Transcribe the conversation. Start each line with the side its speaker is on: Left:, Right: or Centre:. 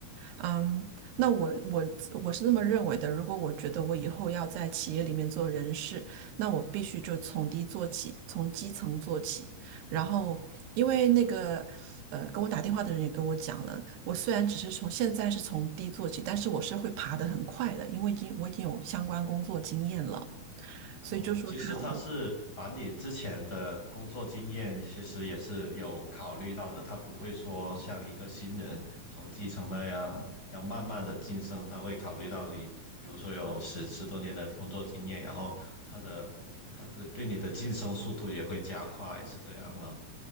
Right: 嗯，那我我我是这么认为的。如果我觉得我以后要在企业里面做人事，那我必须就从低做起，从基层做起。然后，因为那个呃，跟我打电话的人也跟我讲了，我虽然只是从现在是从低做起，但是我是会爬得很快的，因为已经我已经有相关工作经验了。
Left: 哦，
Right: 所以就说他我
Left: 其实他是把你之前的工作经验，其实也是有考虑到的。他不会说像一个新人从基层那样要慢慢的晋升，他会考虑到你，比如说有十十多年的工作经验，然后他的他的对你的晋升速度也会加快，是这样吗？